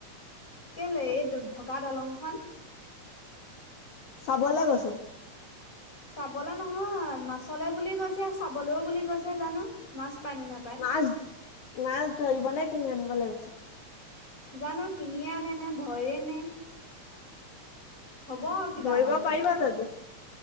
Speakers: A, on the left; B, on the left.
A: কেলে, এই, ভগা দলংখন।
B: চাবলৈ গৈছে।
A: চাবলে নহয়, মাছলে বুলি গৈছে, চাবলৈও বুলি গৈছে, জানো, মাছ পায় নে নাপায়।
B: মাছ, মাছ ধৰিবনে, কিনি আনিবলে গৈছে?
A: জানো কিনিয়ে আনে নে, ধৰিয়ে আনে। হ'ব কিবা
B: ধৰিব
A: এটা মুঠতে
B: পাৰিবা জানো?